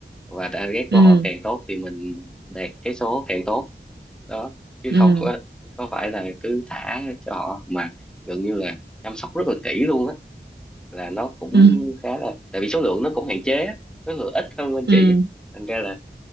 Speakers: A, in the centre; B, on the right.
A: và target
B: ừ
A: của họ càng tốt thì mình đạt cái số càng tốt đó chứ
B: ừ
A: không có có phải là cứ thả cho họ mà gần như là chăm sóc rất là kỹ luôn á là nó cũng
B: ừ
A: khá là tại vì số lượng nó cũng hạn chế á, số lượng ít hơn bên
B: ừ
A: chị á. thành ra là